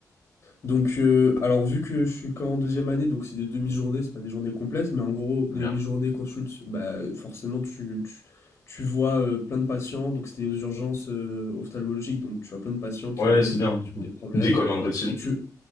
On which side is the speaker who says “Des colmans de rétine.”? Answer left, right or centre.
Left